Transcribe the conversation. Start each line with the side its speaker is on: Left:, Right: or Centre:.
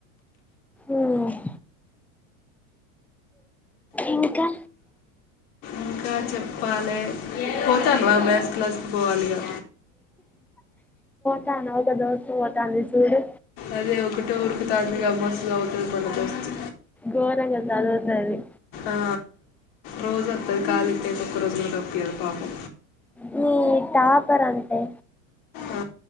Centre: ఉమ్ ఇంకా
Left: ఇంకా చెప్పాలి పోతాను ఆ మ్యాథ్స్ క్లాస్కి పోవాలిగా
Centre: కా నవ్వ్తా నవ్వ్తా పోతుంది చూడు
Left: అదే ఒకటే ఊరుకుంటుంది కదా మస్త్ చదుతాది మనస్తు
Centre: ఘోరంగా చదువుతది
Left: ఆ రోజు వస్తుంది కాలు ఇయితే ఒక్క రోజు కూడా త పియల్పకు
Centre: మీ టాపర్ అంటే
Left: ఆ